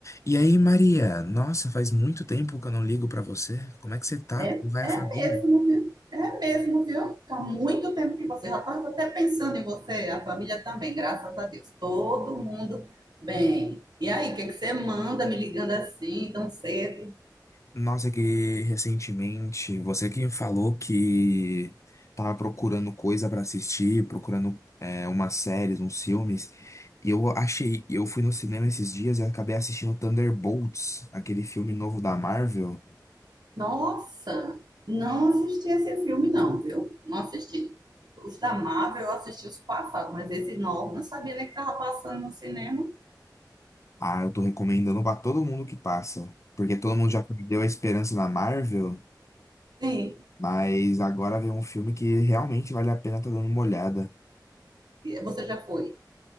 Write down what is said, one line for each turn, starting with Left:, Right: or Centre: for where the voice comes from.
Left: E aí, Maria? Nossa, faz muito tempo que eu não ligo pra você. Como é que você tá?
Right: É,
Left: Como vai
Right: é
Left: a família?
Right: mesmo, viu? É mesmo, viu? Tá muito tempo que você já estava até pensando em você, a família também, graças a Deus. Todo mundo bem. E aí, o que é que você manda me ligando assim, tão cedo?
Left: Nossa, que recentemente você que falou que tava procurando coisa pra assistir, procurando é, umas séries, uns filmes. E eu achei, eu fui no cinema esses dias e acabei assistindo Thunderbolts, aquele filme novo da Marvel.
Right: Nossa, não assisti esse filme, não, viu? Não assisti. Os da Marvel eu assisti os passados, mas esse novo não sabia nem que estava passando no cinema.
Left: Ah, eu tô recomendando pra todo mundo que passa, porque todo mundo já perdeu a esperança na Marvel.
Right: Sim,
Left: Mas agora vem um filme que realmente vale a pena estar dando uma olhada.
Right: e você já foi.